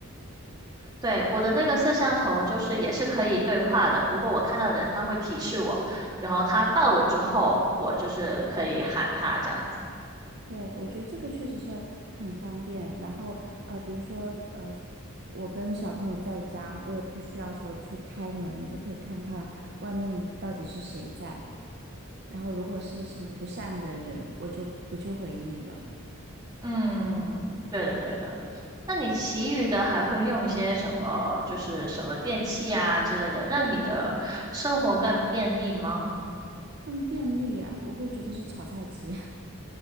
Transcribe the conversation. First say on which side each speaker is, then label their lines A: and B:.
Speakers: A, on the right; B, on the right.
A: 对，我的那个摄像头就是也是可以对话的，如果我看到人，它会提示我，然后他到了之后，我就是可以喊他这样子。
B: <laughs> 对，我觉得这个确实是很方便。然后，呃，比如说，呃，我跟小朋友在家，我也不需要说去开门，你就可以看看外面到底是谁在。然后，如果是什么不善的人，我就不去回应了，
A: 嗯，对的，对的。那你其余的还会用一些什么，就是什么电器啊之类的，让你的生活更便利吗？
B: 更便利啊。我会觉得是炒菜机，